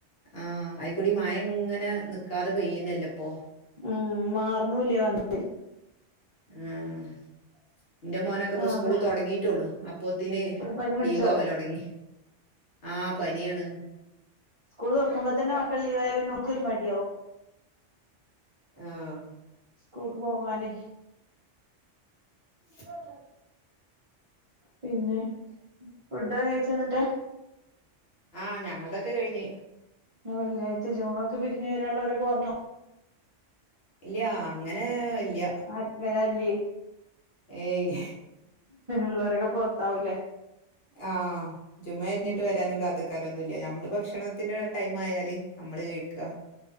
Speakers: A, on the left; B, on the right.
A: ആഹ് അയിക്കൂടി മഴ ഇങ്ങനെ നിക്കാതെ പെയ്യന്നെല്ലേ ഇപ്പൊ
B: ഉം മാറണൂല്ല വന്നിട്ടേ
A: ആഹ് ഇന്റെ മോനൊക്കെ ഇപ്പ
B: അവിടെ
A: സ്കൂള് തുടങ്ങീട്ടുള്ളു അപ്പോത്തിന്
B: പനി പിടിച്ചോ
A: ലീവ് ആവല് തുടങ്ങി ആഹ് പനിയാണ്
B: സ്കൂൾ തുറക്കുമ്പോ തന്നെ മക്കൾ ലീവായവ ഓർക്ക് ഒരു മടിയാവും
A: ആഹ്
B: സ്കൂൾക്ക് പോവാന്
A: പറ
B: പിന്നെ ഫുഡ് കഴിച്ചോ എന്നിട്ടേ
A: ആഹ് ഞങ്ങളെതെക്കെ കഴിഞ്ഞ്
B: വെള്ളാഴ്ച ജുമുഅ പിരിഞ് വരാനുള്ളവരൊക്കെ വന്നോ
A: ഇല്ല അങ്ങനെ ഇല്ല
B: ആരും വരാനില്ലേ
A: ഏയ്
B: ഉള്ളോരൊക്കെ പുറത്താകും ല്ലോ
A: ആഹ് ജുമഅ തിരിഞ്ഞിട്ട്
B: ഉം
A: വരാനും കാത്ത് നിക്കാനും ഒന്നുമില്ല നമ്മള് ഭക്ഷണത്തിന്റെ ടൈം ആയാല് ല് നമ്മള് കഴിക്ക